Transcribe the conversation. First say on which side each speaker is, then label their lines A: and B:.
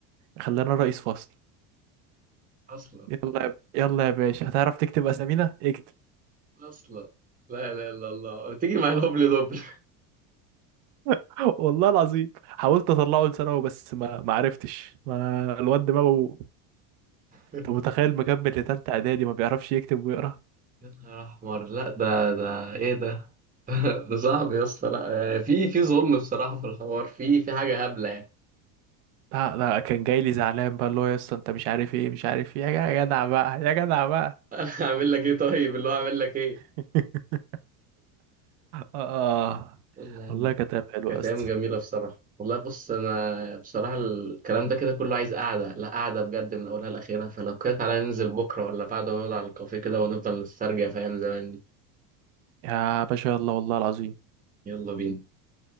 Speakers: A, on the right; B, on the right.
A: خلانا رئيس فصل
B: اصلا
A: يلا يا يلا يا باشا هتعرف تكتب اسامينا اكتب
B: اصلا لا لا لا الله تيجي مع الهبل دبل
A: <laughs> والله العظيم حاولت اطلعه لثانوي بس ما ما عرفتش ما الواد دماغه
B: <laughs>
A: انت متخيل مكمل لتالتة اعدادي ما بيعرفش يكتب ويقرا
B: يا نهار احمر لا ده ده ايه ده <laughs> ده صعب يا اسطى لا آه، في في ظلم بصراحه في الحوار في في حاجه هبله يعني
A: لا لا كان جاي لي زعلان بقى اللي هو يا اسطى انت مش عارف ايه مش عارف ايه يا جدع بقى يا جدع بقى
B: <laughs> هعمل لك ايه طيب اللي هو هعمل لك ايه
A: <laughs> آه
B: يلا يا
A: والله
B: عم
A: كانت أيام حلوة
B: كانت
A: يا اسطى
B: ايام جميله بصراحه والله بص انا بصراحه الكلام ده كده كله عايز قعده لا قعده بجد من اولها لاخرها فلو كده تعالى ننزل بكره ولا بعد ونقعد على الكافيه كده ونفضل نسترجع في ايام زمان دي
A: يا باشا يلا والله العظيم
B: يلا بينا